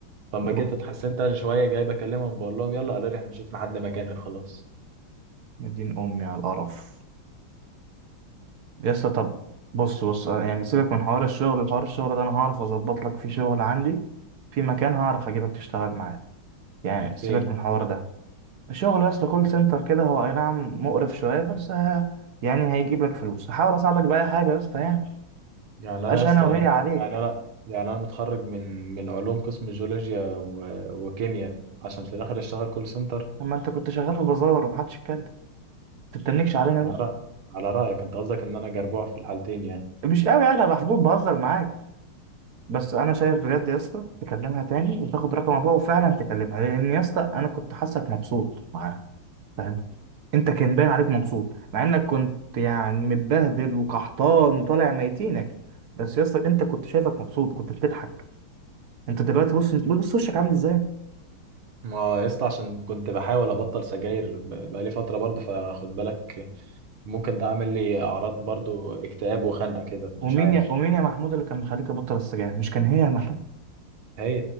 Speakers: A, on the right; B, on the right.
A: فلما
B: يروح
A: جيت اتحسنت انا شويه جاي بكلمهم بقول لهم يلا قالوا لي احنا شفنا حد مكاني خلاص
B: مدين أمي على القرف يا اسطى طب بص بص آه، يعني سيبك من حوار الشغل حوار الشغل ده أنا هعرف أظبط لك فيه شغل عندي في مكان هعرف أجيبك تشتغل معايا يعني سيبك
A: فين
B: من الحوار ده الشغل يا اسطى كول سنتر كده هو اي نعم مقرف شويه بس آه، يعني هيجيب لك فلوس هحاول اساعدك باي حاجه يا اسطى يعني
A: يعني
B: مبقاش
A: انا يا اسطى
B: انا وهي عليك
A: يعني انا يعني انا متخرج من من علوم قسم جيولوجيا و... وكيمياء عشان في الاخر اشتغل كول سنتر
B: اما انت كنت شغال في بازار ومحدش اتكلم تتنكش علينا
A: على
B: بقى
A: رأي على رايك انت قصدك ان انا جربوع في الحالتين يعني
B: مش قوي يعني انا محبوب بهزر معاك بس انا شايف بجد يا اسطى تكلمها تاني وتاخد رقم ابوها وفعلا تكلمها لان يا اسطى انا كنت حاسك مبسوط معاها فاهم انت كان باين عليك مبسوط مع انك كنت يعني متبهدل وقحطان وطالع ميتينك بس يا اسطى انت كنت شايفك مبسوط كنت بتضحك انت دلوقتي بص انت بص وشك عامل ازاي
A: ما يا اسطى عشان كنت بحاول ابطل سجاير ب- بقالي فتره برضو فخد بالك ممكن ده عامل لي اعراض برضو اكتئاب وخنقه كده فمش
B: ومين
A: عارف
B: يا ومين يا محمود اللي كان مخليك تبطل السجاير مش كان هي يا محمود
A: هي